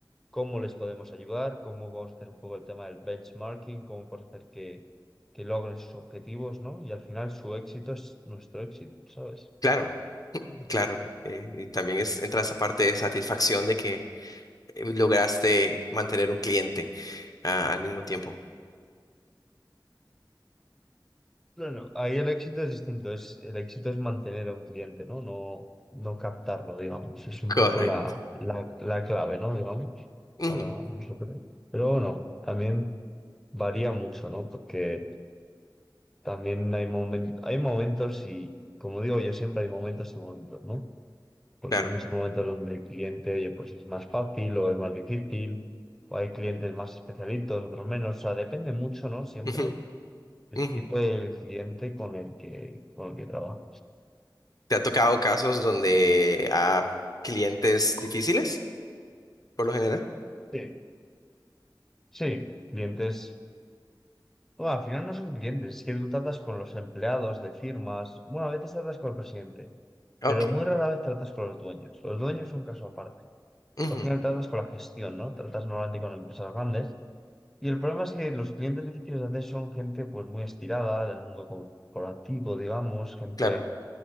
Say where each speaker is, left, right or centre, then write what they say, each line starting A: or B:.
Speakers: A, in the centre; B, on the left.
A: cómo les podemos ayudar, cómo podemos hacer un poco el tema del benchmarking, cómo podemos hacer que, que logren sus objetivos, ¿no? Y al final su éxito es nuestro éxito, ¿sabes?
B: Claro, claro. eh, y también es, entra esa parte de satisfacción de que eh, lograste mantener un cliente ah, al mismo tiempo.
A: Claro, ahí el éxito es distinto, es, el éxito es mantener a un cliente, ¿no? No, no captarlo, digamos. Es un
B: Correcto.
A: poco la, la, la clave, ¿no? Digamos,
B: Ujú,
A: para nosotros. Pero bueno, también varía mucho, ¿no? Porque también hay momen- hay momentos y, como digo yo siempre, hay momentos y momentos, ¿no? Porque
B: claro.
A: hay muchos momentos donde el cliente, oye, pues es más fácil o es más difícil, o hay clientes más especialitos, otros menos. O sea, depende mucho, ¿no? Siempre
B: Ujú,
A: el
B: ujú.
A: tipo del cliente con el que, con el que trabaja.
B: ¿Te ha tocado casos donde a clientes difíciles, por lo general?
A: Sí, sí, clientes. Bueno, al final no son clientes, es que tú tratas con los empleados de firmas. Bueno, a veces tratas con el presidente,
B: Ok.
A: pero muy rara vez tratas con los dueños. Los dueños son caso aparte.
B: Ujú,
A: Al final tratas con la gestión, ¿no? Tratas normalmente con empresas grandes. Y el problema es que los clientes difíciles de hacer son gente pues muy estirada del mundo corporativo, digamos, gente,
B: claro,